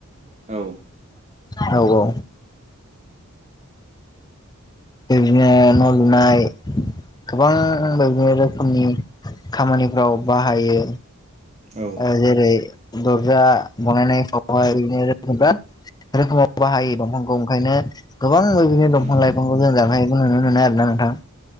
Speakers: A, on the right (about 30°); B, on the left (about 20°).
A: औ
B: औ औ <inaudible> औ <unintelligible> लुनाय गोबां बादिनो रोखोमनि खामानिफ्राव बाहायो।
A: औ
B: ओ जेरै दर्जा बानायफाव <unintelligible> रोखोमाव बाहायो दंफांखौ ओंखायनो गोबां बिदिनो
A: उम
B: दंफां लाइफांखौ जों जानो हायो बुङो। नुनो आरोना नोंथां।